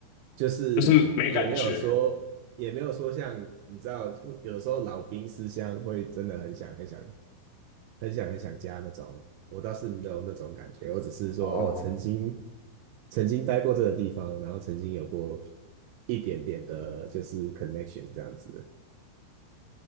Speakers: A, on the right (about 80°); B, on the left (about 80°).
A: 就是也没有说，
B: 就是没感觉。
A: 也没有说像你知道，有的时候老兵思乡会真的很想很想很想很想家那种，我倒是没有那种感觉，我只是说哦，
B: 哦，
A: 曾经曾经待过这个地方，然后曾经有过一点点的，就是 connection 这样子。